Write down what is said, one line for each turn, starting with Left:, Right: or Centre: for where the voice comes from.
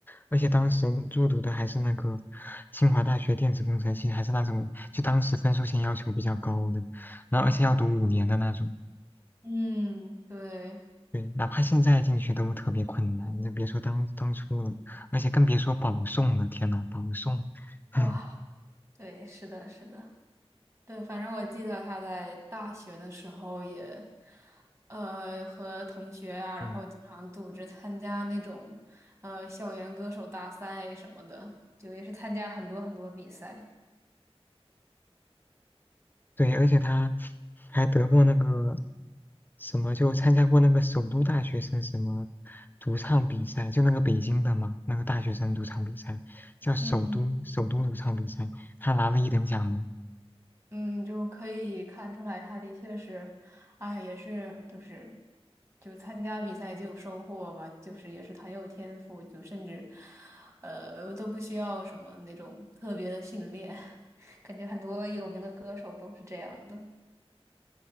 Left: 而且当时入读的还是那个清华大学电子工程系，还是那种就当时分数线要求比较高的，然后而且要读五年的那种。
Right: 嗯，对，
Left: 对，哪怕现在进去都特别困难，你就别说当当初了，而且更别说保送了。天呐，保送，<laughs>
Right: 哇，对，是的，是的。对，反正我记得他在大学的时候也，呃，和同学啊，然后经常组织参加那种，
Left: 嗯，
Right: 呃，校园歌手大赛什么的，就也是参加很多很多比赛。
Left: 对，而且他还得过那个什么，就参加过那个首都大学生什么独唱比赛，就那个北京的嘛，那个大学生独唱比赛叫首都首都独唱比赛，
Right: 嗯嗯
Left: 他拿了一等奖呢
Right: 嗯，就可以看出来，他的确是，哎，也是就是，就参加比赛就有收获吧，就是也是很有天赋，就甚至，呃，都不需要什么那种特别的训练，<laughs> 感觉很多有名的歌手都是这样的。